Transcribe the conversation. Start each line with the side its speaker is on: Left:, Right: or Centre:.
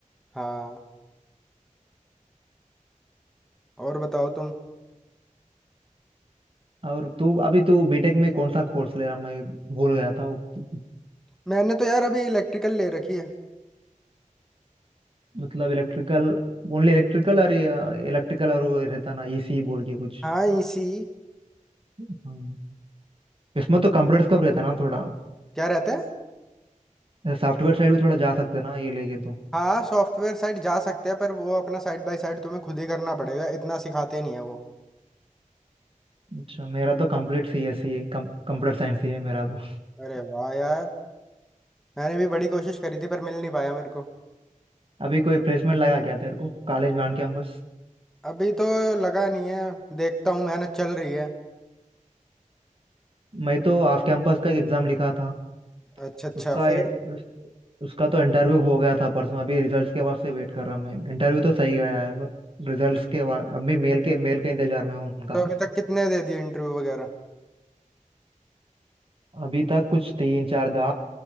Centre: हाँ और बताओ तुम
Right: और तू अभी तू बीटेक में कौन सा कोर्स ले रहा मैं भूल गया था वो तो-
Centre: मैंने तो यार अभी इलेक्ट्रिकल ले रखी है
Right: मतलब इलेक्ट्रिकल ओनली इलेक्ट्रिकल और इलेक्ट्रिकल और वो रहता ना एसी बोल के कुछ
Centre: हाँ इसी
Right: हम्म। इसमें तो कंप्यूटर्स का भी रहता है ना थोड़ा
Centre: क्या रहता है
Right: सॉफ्टवेयर साइड भी थोड़ा जा सकते हैं ना ये लेके तो
Centre: हाँ सॉफ्टवेयर साइड जा सकते हैं पर वो अपना साइड बाय साइड तुम्हें खुद ही करना पड़ेगा इतना सिखाते नहीं है वो
Right: अच्छा मेरा तो कंप्लीट सी एस सी है कंप्यूटर साइंस ही है मेरा तो
Centre: अरे वाह यार मैंने भी बड़ी कोशिश करी थी पर मिल नहीं पाया मेरे को
Right: अभी कोई प्लेसमेंट लगा क्या तेरे को कॉलेज में ऑन कैंपस
Centre: अभी तो लगा नहीं है देखता हूँ मेहनत चल रही है
Right: मैं तो ऑफ कैंपस का एक एग्जाम लिखा था
Centre: अच्छा अच्छा
Right: उसका
Centre: फिर
Right: इन- उस, उसका तो इंटरव्यू हो गया था परसों अभी रिजल्ट्स के वास्ते वेट कर रहा हूँ मैं इंटरव्यू तो सही गया है बट रिजल्ट्स के बाद अभी मेल के मेल के इंतजार में हूँ उनका
Centre: तो अभी तक कितने दे दिए इंटरव्यू वगैरह
Right: अभी तक कुछ तीन चार दा